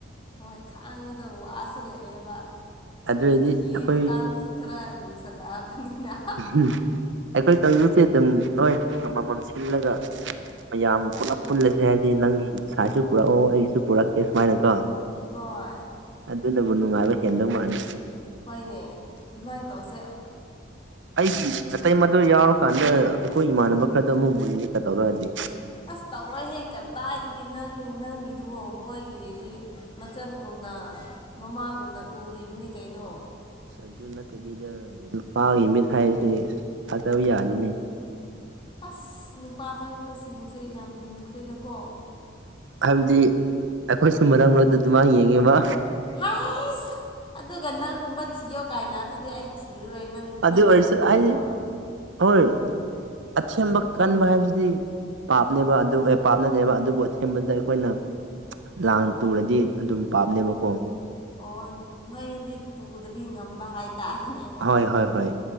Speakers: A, on the left; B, on the right.
A: ꯍꯣꯏ ꯈꯥꯡꯕꯗ ꯋꯥꯁꯨꯜꯂꯛꯑꯦꯕ
B: ꯑꯗꯨꯑꯣꯏꯗꯤ
A: ꯆꯍꯤ
B: ꯑꯩꯈꯣꯏ
A: ꯃꯇꯥꯡꯁꯨ ꯈꯔ ꯂꯨꯁꯜꯂꯛꯑꯕꯅꯤꯅ
B: ꯎꯝ ꯑꯩꯈꯣꯏ ꯀꯥꯡꯖꯨꯁꯦ ꯑꯗꯨꯝ ꯍꯣꯏ ꯑꯃꯃꯝ ꯁꯤꯜꯂꯒ ꯃꯌꯥꯝ ꯄꯨꯂꯞ ꯄꯨꯜꯂꯁꯦ ꯍꯥꯏꯕꯗꯤ ꯅꯪꯒꯤ ꯁꯥꯏꯁꯨ ꯄꯨꯔꯛꯑꯣ ꯑꯩꯁꯨ ꯄꯨꯔꯛꯀꯦ ꯁꯨꯃꯥꯏꯅꯀꯣ
A: ꯍꯣꯏ
B: ꯑꯗꯨꯅꯕꯨ ꯅꯨꯡꯉꯥꯏꯕ ꯍꯦꯟꯗꯧ ꯃꯥꯜꯂꯤ
A: ꯍꯣꯏꯅꯦ ꯑꯗꯨꯃꯥꯏꯅ ꯇꯧꯁꯦ
B: ꯑꯩꯗꯤ ꯑꯇꯩ ꯃꯗꯨ ꯌꯥꯎꯔꯀꯥꯟꯗ ꯑꯩꯈꯣꯏ ꯏꯃꯥꯟꯅꯕ ꯈꯔꯗ ꯑꯃꯨꯛ ꯃꯨꯟꯒꯦꯀ ꯇꯧꯔꯛꯑꯗꯤ
A: ꯑꯁ ꯇꯧꯔꯣꯏ ꯍꯦꯛ ꯀꯗꯥꯏꯗꯒꯤ ꯅꯪ ꯅꯪꯒꯤꯗꯨꯕꯨꯣ ꯃꯣꯏꯒꯤꯗꯤ ꯃꯆꯟꯒꯨꯝꯅ ꯃꯃꯥꯒꯨꯝꯅ ꯎꯔꯤꯕꯅꯤ ꯀꯩꯅꯣ
B: ꯑ ꯑꯗꯨ ꯅꯠꯇꯕꯤꯗ ꯅꯨꯄꯥꯒꯤ ꯃꯤꯠ ꯍꯥꯏꯁꯦ ꯊꯥꯖꯕ ꯌꯥꯗꯅꯦ
A: ꯑꯁ ꯅꯨꯄꯥ ꯍꯥꯏꯕꯁꯤꯡꯁꯦ ꯌꯥꯝ ꯂꯨꯈ꯭ꯔꯦꯗꯀꯣ
B: ꯍꯥꯏꯕꯗꯤ ꯑꯩꯈꯣꯏꯁꯨ ꯃꯔꯛ ꯃꯔꯛꯇ ꯑꯗꯨ ꯃꯥꯏ ꯌꯦꯡꯉꯦꯕ
A: ꯍꯁ ꯑꯗꯨꯒ ꯅꯪꯒꯨꯝꯕ ꯊꯤꯌꯣ ꯀꯥꯏꯅ ꯑꯗꯨꯗꯤ ꯑꯩ ꯊꯤꯔꯔꯣꯏ ꯅꯪ
B: ꯑꯗꯨ
A: ꯅꯪ
B: ꯑꯣꯏꯔꯁꯨ
A: ꯅꯨꯃꯤꯠ
B: ꯍꯥꯏꯗꯤ
A: ꯌꯥꯝꯃ
B: ꯍꯣꯏ ꯑꯊꯦꯝꯕ ꯀꯟꯕ ꯍꯥꯏꯕꯁꯤꯗꯤ ꯄꯥꯞꯅꯦꯕ ꯑꯗꯨ ꯄꯥꯞꯅꯗꯦꯕ ꯑꯗꯨꯕꯨ ꯑꯊꯦꯝꯕꯗ ꯑꯩꯈꯣꯏꯅ ꯂꯥꯡ ꯇꯨꯔꯗꯤ ꯑꯗꯨꯝ ꯄꯥꯞꯅꯦꯕꯀꯣ
A: ꯑꯣ ꯅꯣꯏꯗꯤ ꯇꯨꯗꯕꯤ ꯉꯝꯕ ꯍꯥꯏꯇꯥꯔꯦꯅꯦ
B: ꯍꯣꯏ ꯍꯣꯏ ꯍꯣꯏ